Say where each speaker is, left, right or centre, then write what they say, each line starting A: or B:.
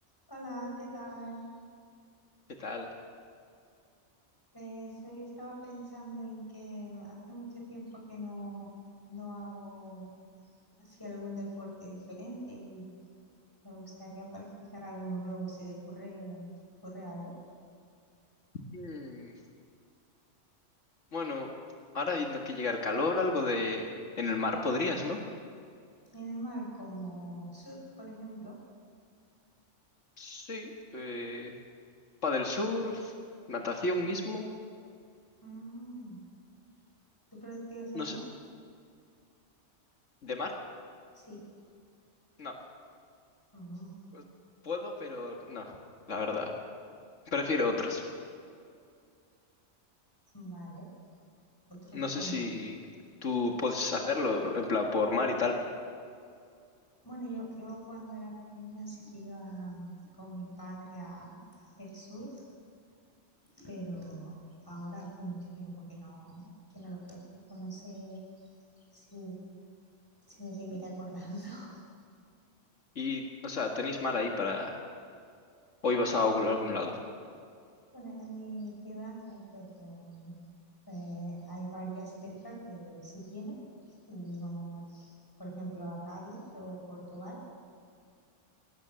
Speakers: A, on the left (about 15°); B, on the left (about 80°).
A: Hola, ¿qué tal?
B: ¿Qué tal?
A: Pues hoy estaba pensando en que hace mucho tiempo que no, no hago así algún deporte diferente y me gustaría practicar alguno nuevo si te ocurre, si te ocurre algo.
B: Mm, Bueno, ahora viendo que llega el calor, algo de... En el mar podrías, ¿no?
A: En el mar, como surf, por ejemplo.
B: Sí. Eh, del surf, natación mismo,
A: Mm, ¿tú practicas
B: no
A: alguno?
B: sé. ¿De mar?
A: Sí.
B: No.
A: Mm,
B: pues, Puedo, pero no, la verdad. Prefiero otros.
A: vale. Otros
B: No
A: como...
B: sé si tú puedes hacerlo, en plan, por mar y tal.
A: Bueno, yo, yo cuando era pequeña sí que iba mm, con mi padre a a hacer surf pero ahora hace mucho tiempo que no, que no lo practico. No sé si, si me seguiré acordando. <laughs>
B: Y, o sea, tenéis mar ahí para... Hoy vas a algún algún lado.
A: Bueno, en mi ciudad no, pero eh, hay varias cerca que sí tienen y vamos, por ejemplo, a Cádiz o Portugal.